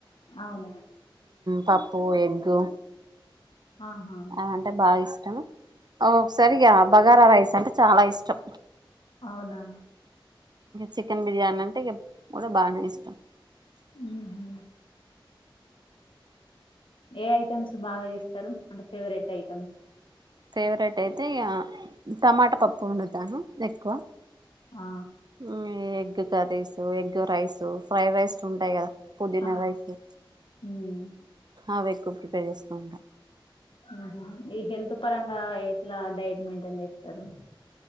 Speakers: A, on the left; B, on the right.
A: అవును
B: పప్పు ఎగ్గు
A: ఆహా
B: అ అంటే బాగా ఇస్త ఒకసారి బగారా రైస్ అంటే చాలా ఇష్టం
A: అవునా
B: చికెన్ బిర్యానీ మట బాగా ఇష్టష్టం
A: ఉహు ఏయితా అనుసుున్నా బాగా చేస్తారు అంట ఫేవరెట్ ఐటమ్స్
B: ఫేవరెట్ అయితే టమాటా పప్పు వండుతాను ఎక్కువ
A: ఆ
B: ఉమ్ ఏ egg curries egg rice fry rice ఉంటాయి కదా పుదినారయిసు
A: ఆ ఉమ్
B: అవ ఎక్కువ ప్రిపేర్ చేస్తూ ఉంటాను
A: ఉహుమ్ ఈ హెల్త్ పరంగా ఎట్లా డైట్ మెయింటైన్ చేస్తారు